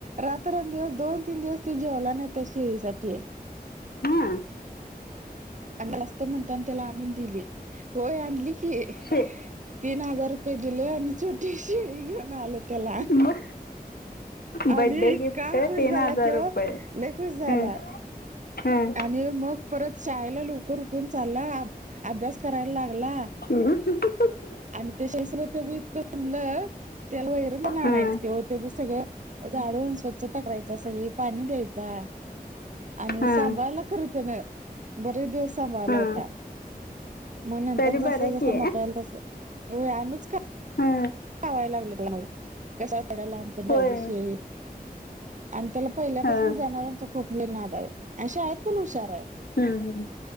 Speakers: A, on the right; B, on the left.
A: रात्रंदिवस दोन तीन दिवस ते जेवला नाही त्या शेळीसाठी.
B: हा.
A: आणि जास्त म्हणताना त्याला आणून दिली होय आणली की.
B: शे
A: तीन हजार रुपये दिल आणि छोटी शिळी घेऊन आलो. त्याला
B: म बड्डे
A: आणि इतका
B: गिफ्ट
A: खुश
B: तीन
A: झाला
B: हजार
A: तो
B: रुपये
A: लय खुश झाला
B: हम्म हम्म.
A: आणि मग परत शाळेला लवकर उठून चालला अभ्यास करायला लागला.
B: केलं <unintelligible>
A: आणि त्याच्या स त्याच इतकं तुलं त्याला वगैरे पण आणायचं
B: हं
A: किंवा त्याचं सगळं. झाडून स्वच्छ त करायचा सगळी पाणी द्यायचा. आणि
B: हं
A: सांभाळला खरं त्यान बरेच दिवस सांभाळला
B: हं
A: होता. मग नंतर
B: तरी
A: जसा
B: बरं
A: जसा
B: की
A: मोठा होईल तस आम्हीच का
B: हम्म.
A: खवायला लागले त्यामुळे कसात पडायलाहंबपण पाहिजे
B: होय
A: शेळी. आणि त्याला पहिल्यापासून
B: हं
A: जनावरचा खूप नाद आहे आणि शाळेत पण हुशार आहे.
B: हं हं